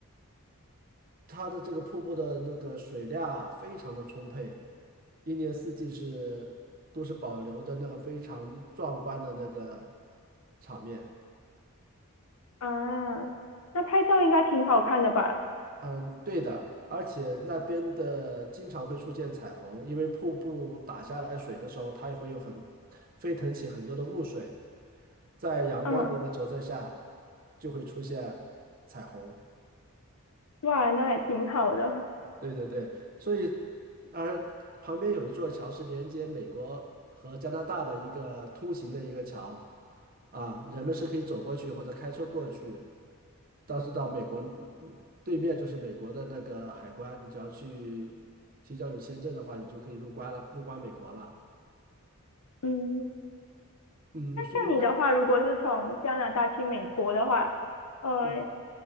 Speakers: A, on the right (about 40°); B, on the left (about 85°).
A: 它的这个瀑布的那个水量啊非常的充沛，一年四季是都是保留着那个非常壮观的那个场面。
B: 啊，那拍照应该挺好看的吧？
A: 嗯，对的，而且那边的经常会出现彩虹，因为瀑布打下来水的时候，它也会有很飞腾起很多的雾水，在阳光的一个折射下，
B: 嗯，
A: 就会出现彩虹。
B: 哇，那还挺好的。
A: 对对对，所以而旁边有一座桥是连接美国和加拿大的一个通行的一个桥，啊，人们是可以走过去或者开车过去，但是到美国嗯对面就是美国的那个海关，你只要去提交有签证的话，你就可以入关了，入关美国了。
B: 嗯，
A: 嗯，
B: 那像你的话，
A: 所以那
B: 如果是从加拿大去美国的话，呃，
A: 嗯